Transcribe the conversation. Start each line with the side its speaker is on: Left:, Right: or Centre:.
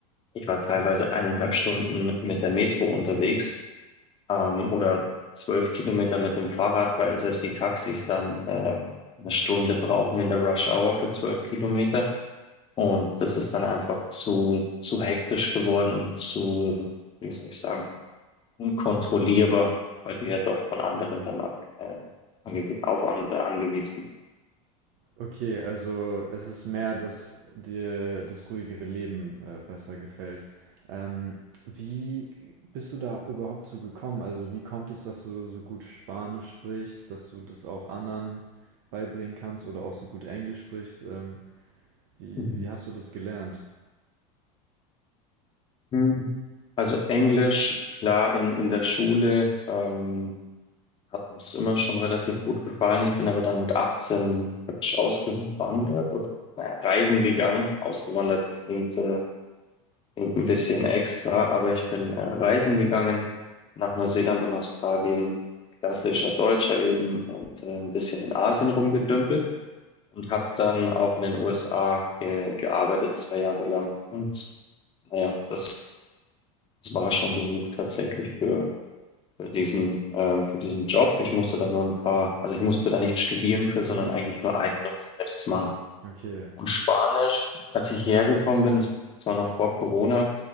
Left: ich war teilweise eineinhalb Stunden mit der Metro unterwegs ähm, oder zwölf Kilometer mit dem Fahrrad, weil selbst die Taxis dann ähm, eine Stunde brauchen in der Rush Hour für zwölf Kilometer. Und das ist dann einfach zu, zu hektisch geworden und zu, wie soll ich sagen, unkontrollierbar, weil du ja doch von anderen
Right: hm.
Left: dann ab, äh, angewi- auf andere angewiesen bist.
Right: Okay, also es ist mehr, dass dir das ruhigere Leben äh, besser gefällt. Ähm, wie bist du da überhaupt zu gekommen? Also wie kommt es, dass du so gut Spanisch sprichst, dass du das auch anderen beibringen kannst oder auch so gut Englisch sprichst? Ähm, wie,
Left: Mhm.
Right: wie hast du das gelernt?
Left: Mhm. Also Englisch, klar, in, in der Schule. Ähm, Hat mir das immer schon relativ gut gefallen. Ich bin aber dann mit 18 praktisch ausgewandert oder naja, reisen gegangen. Ausgewandert klingt, äh, klingt ein bisschen extra, aber ich bin äh, reisen gegangen nach Neuseeland und Australien, klassischer Deutscher eben und äh, ein bisschen in Asien rumgedümpelt und habe dann auch in den USA ge gearbeitet, zwei Jahre lang. Und naja, das, das war schon genug tatsächlich für, für diesen, ähm, für diesen Job. Ich musste da nur ein paar, also ich musste da nicht studieren für, sondern
Right: Hm,
Left: eigentlich nur Eignungstests machen.
Right: okay.
Left: Und Spanisch, als ich hierher gekommen bin, das war noch vor Corona,